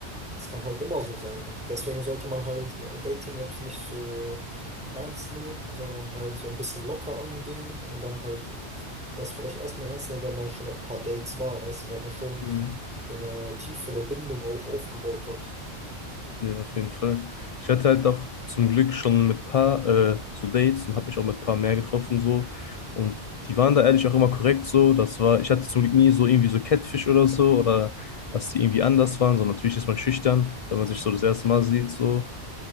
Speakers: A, in the centre; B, on the left (about 60°).
A: Das kann halt immer so sein. Und deswegen sollte man halt äh, Dating-Apps nicht so ernst nehmen, sondern halt so ein bisschen locker angehen und dann halt das vielleicht erstmal ernst nehmen, wenn man schon auf ein paar Dates war, weißt du, wenn man schon
B: Hm.
A: so eine tiefere Bindung auch aufgebaut hat.
B: ja auf jeden Fall. Ich hatte halt auch zum Glück schon mit paar äh, so Dates und habe mich auch mit paar mehr getroffen so. Und die waren da ehrlich auch immer korrekt so. Das war, ich hatte zum Glück nie so irgendwie so Catfish oder so oder dass die irgendwie anders waren. So natürlich ist man schüchtern, wenn man sich so das erste Mal sieht so.